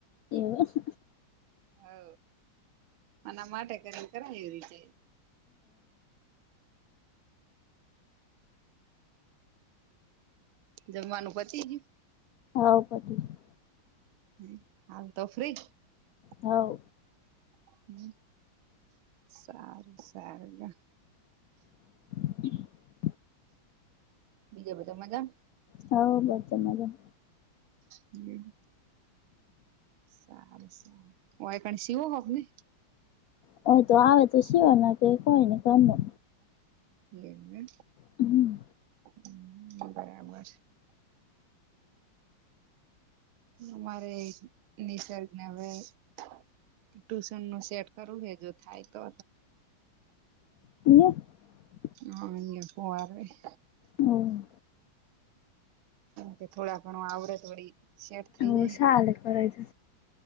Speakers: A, on the left; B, on the right.
A: એવું <unintelligible>
B: હો મના માટે કરી કરાય રીચે <inaudible> જમવાનું પતિ ગયુ?
A: હા પતી ગયું.
B: હમ હાલ તો ફ્રી જ
A: હોવ
B: હમ્મ સારું સાર <unintelligible>
A: <inaudible>
B: બીજા બધા મજા
A: હવ બધે મજામાં
B: હમ્મ સારું સારું વાયકણ શીવો હોક ને
A: હોય તો આવે તો સિવાના કે કોઈ નઈ ઘનું
B: એમને
A: હમ્મ
B: હમ્મ બરાબર અમારે નિસર્ગને હવે ટ્યુશન નું સેટ કરવું હે જો થાય તો.
A: <unintelligible>
B: હા હમણે પોવાર હોય.
A: હમ્મ.
B: કે થોડા ઘણું આવડેત વળી સેટ થઈ
A: હા
B: જાય
A: સાલેે કરરા છે.